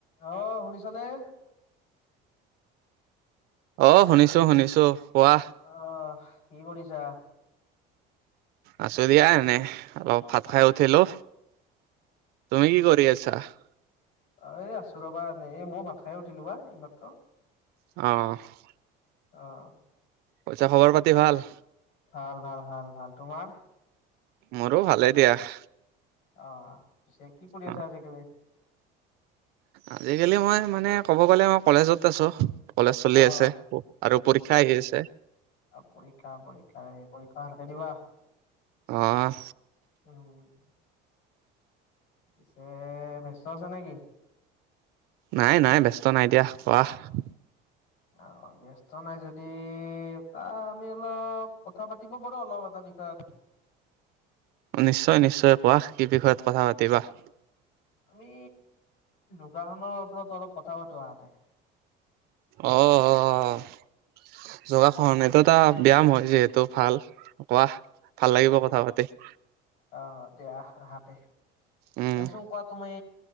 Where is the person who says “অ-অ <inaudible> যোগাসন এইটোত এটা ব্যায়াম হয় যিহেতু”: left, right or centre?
Right